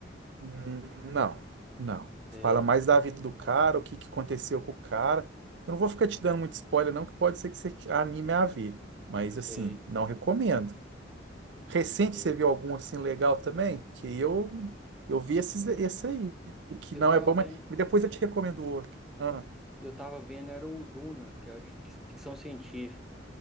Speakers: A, on the right; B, in the centre.
A: Hum, Não, não.
B: Sei,
A: Fala mais da vida do cara, o que que aconteceu com o cara. Eu não vou ficar te dando muito spoiler, não, que pode ser que você anime a ver. Mas,
B: sei,
A: assim, não recomendo. Recente,
B: sei.
A: você viu algum assim legal também? Que eu eu vi esses, esse aí, que
B: Eu
A: não
B: tava
A: é bom, mas
B: vendo,
A: mas depois eu te recomendo o outro. Ah,
B: eu tava vendo, era o Duna, que é de fic- ficção científica.